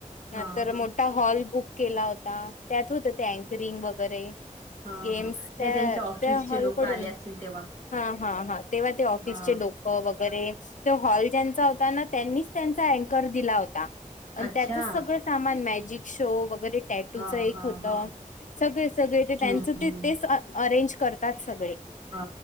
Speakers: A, on the left; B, on the right.
A: नंतर
B: हा हा
A: मोठा हॉल बुक केला होता. त्यात होत ते ॲकरिंग वगैरे
B: हा
A: गेम्स
B: हा नाही
A: त्या
B: त्यांच्या ऑफिसचे
A: त्या हॉलकडून
B: लोक आले असतील तेव्हा
A: ह. हा हा तेव्हा ते ऑफिसचे
B: हा
A: लोक वगैरे तो हॉलच्याचा होता ना, त्यांनीच. त्याचा ॲकर दिला होता अन
B: अच्छा
A: त्याचा सगळ सामान मॅजिक शो वैग बर टॅटूच
B: हा
A: एक
B: हा
A: होत
B: हा
A: सगळे, सगळे ते त्यांचं
B: हम्म
A: ते
B: हम्म
A: तेच, तेच अ अरेंजज करतात सगळे.
B: हा